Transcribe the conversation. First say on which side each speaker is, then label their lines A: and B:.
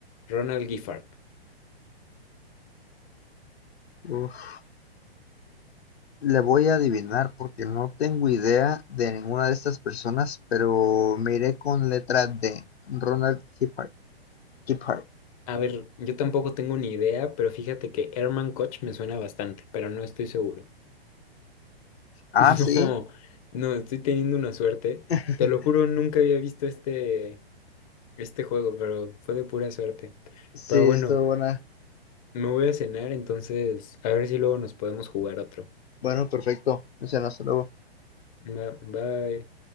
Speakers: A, on the left; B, on the left.
A: Ronald Giffard.
B: Uf, Le voy a adivinar porque no tengo idea de ninguna de estas personas, pero me iré con letra D. Ronald Giphart. Giphart.
A: A ver, yo tampoco tengo ni idea, pero fíjate que Herman Koch me suena bastante, pero no estoy seguro.
B: Ah,
A: <laughs>
B: sí.
A: No, no, estoy teniendo una suerte.
B: <laughs>
A: Te lo juro, nunca había visto este, este juego, pero fue de pura suerte.
B: sí,
A: Pero bueno,
B: estuvo buena.
A: me voy a cenar, entonces a ver si luego nos podemos jugar otro.
B: Bueno, perfecto. O sea, no, hasta luego.
A: Ba- Bye.